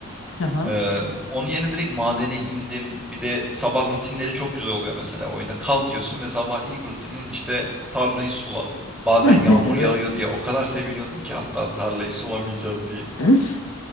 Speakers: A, on the left; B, in the centre.
A: Aha.
B: Ee, onun yerine direkt madene indim. Bir de sabah rutinleri çok güzel oluyor mesela oyunda. Kalkıyorsun ve sabah ilk rutinin işte tarlayı sula. Bazen
A: <laughs>
B: yağmur yağıyor
A: Evet.
B: diye o kadar seviniyordum ki hatta tarlayı sulamayacağız diye.
A: <laughs>